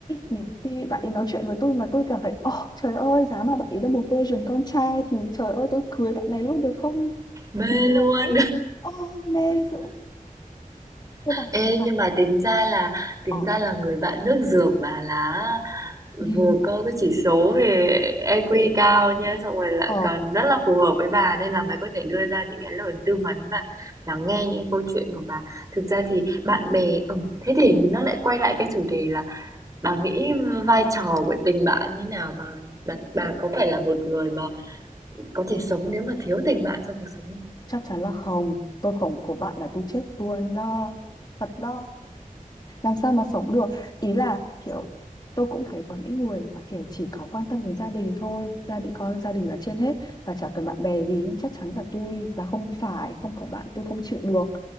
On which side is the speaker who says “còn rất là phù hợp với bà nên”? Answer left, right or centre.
Right